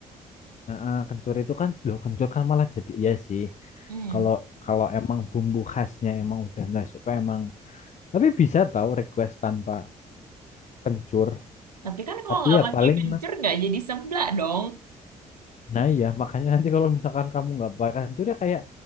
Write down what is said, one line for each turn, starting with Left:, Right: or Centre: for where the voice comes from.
Left: Nah, eh, kencur itu kan, loh kencur kan malah jadi iya sih.
Right: Hmm.
Left: Kalau kalau emang bumbu khasnya emang udah nggak suka emang. Tapi bisa tahu request tanpa kencur.
Right: Tapi kan kalau
Left: Tapi
Right: nggak
Left: ya
Right: pakai
Left: paling
Right: kencur nggak jadi seblak dong.
Left: Nah iya, makanya nanti kalau misalkan kamu nggak makan itu dia kayak